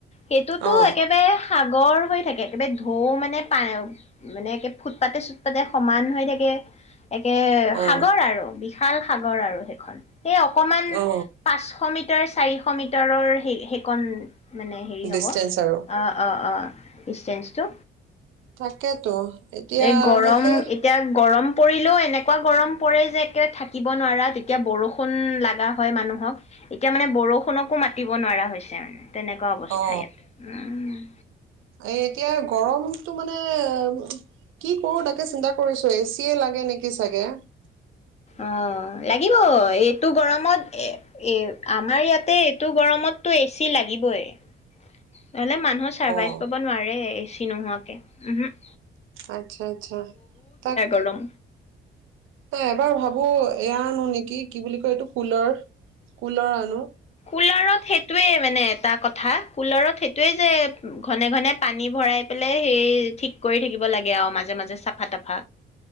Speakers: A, on the left; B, on the right.
A: সেইটোতো
B: অ
A: একেবাৰে সা- সাগৰ হৈ থাকে। একেবাৰে ঢৌ মানে পা মানে একে ফুটপাতে-চুটপাতে সমান হৈ থাকে। একাকে
B: অ
A: সাগ- অ বিশাল সাগৰ আৰু সেইখন। সেই অকনমান
B: অ
A: পাঁচশ মিটাৰ চাৰি- শ মিটাৰৰ সেই সেইকণ- মানে হেৰি হ'ব।
B: ডিচটেন্স
A: অহ
B: আৰু
A: অহ অহ। ডিষ্টেঞ্চতো।
B: তাকেতো। এতিয়া
A: এই গৰম
B: সেই
A: এতিয়া- গৰম পৰিলেও এনেকুৱা গৰম পৰে যে একেবাৰে থাকিব নোৱাৰা, তেতিয়া বৰষুণ লগা হয় মানুহক। এতিয়া মানে বৰষুণকো মাতিব নোৱাৰা হৈছে মানে। তেনেকুৱা অৱস্থা
B: অ
A: ইয়াত। উম',
B: এই এতিয়া গৰমটো মানে কি কৰোঁ, তাকে চিন্তা কৰিছোঁ। এচিয়ে লাগে নেকি চাগে।
A: অহ, লাগিব। এইটো গৰমত এ এ, আমাৰ ইয়াতে এইটো গৰমততো এচি লাগিবই। নহ'লে মানুহে চাৰ্ভাইভ
B: অ
A: কৰিব নোৱাৰে এ- চি নোহোৱাকে। উম হম।
B: আচ্ছা আচ্ছা। তাক
A: গৰম
B: তে', এবাৰ ভাবোঁ এয়া আনু নেকি? কি বুলি কয় এইটো কুলৰ, কুলৰ আনু।
A: কুলাৰত সেইটোৱে মানে এটা কথা। কুলাৰত সেইটোৱে যে, ঘনে ঘনে পানী ভৰাই পেলাই সেই ঠিক কৰি থাকিব লাগে আৰু মাজে মাজে চাফা-তাফা।